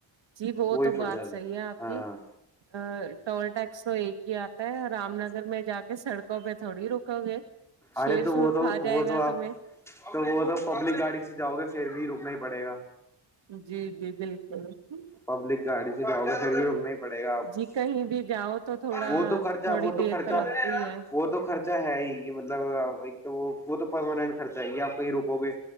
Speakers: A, on the right (about 65°); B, in the centre.
A: جی وہ
B: وہی
A: تو
B: پٹ
A: بات
B: جاتا
A: صحیح ہے آپ
B: ہاں
A: کی ا ٹول ٹیکس تو ایک ہی آتا ہے رام نگر میں جا کے سڑکوں پہ تھوڑی رکو گے
B: آرد
A: شیر شور
B: بدو
A: کھا جائے
B: بدو
A: گا
B: آ
A: تمہیں
B: تو وہ تو پبلک گاڑی سے جاؤ گے پھر بھی روکنا ہی پڑے گا
A: جی جی بالکل کل
B: پبلک گاڑی سےجاو گے سر بھییوگ نہیں پڑے گا آپ کو
A: جی کہیں بھی جاؤ تو تھوڑا
B: وہ تو خرچا
A: تھوڑی
B: وہ تو
A: دیر
B: خرچا
A: لگتی ہے
B: وہ تو خرچا خرچا ہے ہی یہ مطلب ایک تو وہ وہ تو پرماننٹ خرچہ ہے یہ آپ کہیں رکو گے